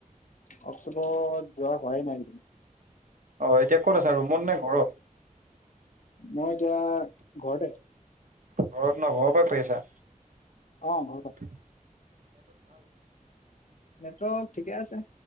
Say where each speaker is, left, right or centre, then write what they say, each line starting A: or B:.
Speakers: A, on the left (about 65°); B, on the right (about 65°).
A: ৱৰ্কশ্বপত, যোৱা হোৱাই নাই এইকেইদিন',
B: অ', এতিয়া ক'ত আছা ৰুমত নে ঘৰত?
A: মই এতিয়া, ঘৰতে',
B: ঘৰত ন, ঘৰৰ পৰাই কৰি আছা?
A: অহ', ঘৰৰ পৰা',
B: উম',
A: নেটৱক ঠিকে আছে নে?